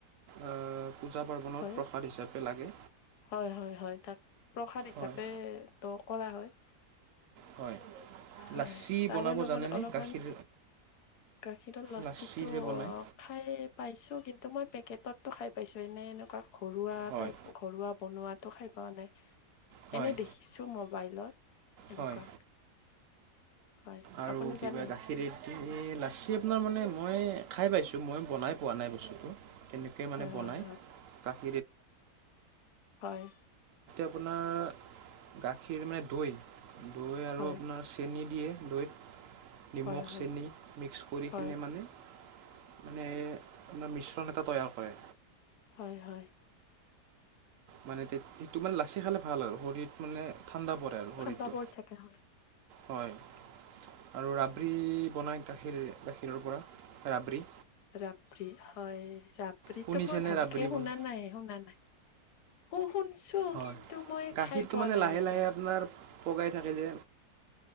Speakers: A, on the right (about 65°); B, on the left (about 75°).
A: অহ পূজা পাৰ্বণত
B: হয়
A: প্ৰসাদ হিচাপে লাগে
B: হয় হয় হয় তাত প্ৰসাদ হিচাপে
A: হয়
B: কৰা হয়
A: হয়
B: হয়
A: লাচচি
B: তাৰে
A: বনাব
B: লগত
A: জানেনে
B: অলপমান
A: গাখীৰ
B: গাখীৰৰ লচ্ছিত
A: লাচি
B: টো
A: যে বনায়
B: খাই পাইছো কিন্তু ত মই পেকেটতটো খাই পাইছো এনে এনেকুৱা ঘৰুৱা
A: হয়
B: টাইপ ঘৰুৱা বনোৱাত টো খাই পোৱা নাই
A: হয়
B: এনে দেখিছোঁ মোবাইলত এনেকুৱা,
A: হয়
B: হয়
A: আৰু
B: আপুনি
A: কিবা
B: জানে
A: গাখীৰ লাচি আপোনাৰ মানে মই খাই পাইছোঁ মই বনাই পোৱা নাই বস্তুটো কেনেকৈ মানে
B: হয়
A: বনাই
B: হয়
A: কা <unintelligible>
B: হয়
A: আপোনাৰ গাখীৰ মানে দৈ দৈ আৰু
B: হয়
A: আপোনাৰ চেনি দিয়ে দৈত নিমখ
B: হয় হয় হয়
A: চেনি মিক্স কৰি
B: হয়
A: কিনে মানে মানে এটা মিশ্ৰণ এটা তৈয়াৰ কৰে,
B: হয় হয়।
A: মানে সেইটো মানে লাচি খালে ভাল আৰু শৰীৰত মানে ঠাণ্ডা পৰে আৰু শৰীৰটো
B: ঠাণ্ডা বৰ থকা হয়।
A: হয় আৰু ৰাবৰী বনায় গাখীৰ গাখীৰৰ পৰা ৰাবৰী।
B: ৰাবৰী হয় ৰাব্ৰিটো
A: শুনিছেনে
B: মই ভালকে
A: ৰাবৰি
B: শুনা
A: বন
B: নাই শুনা নাই। শু শুনছো
A: হয়
B: কিন্তু মই
A: গাখীৰটো
B: খাই পোৱা
A: মানে
B: নাই
A: লাহে
B: সেইটো।
A: লাহে আপোনাৰ পগাই থাকে যে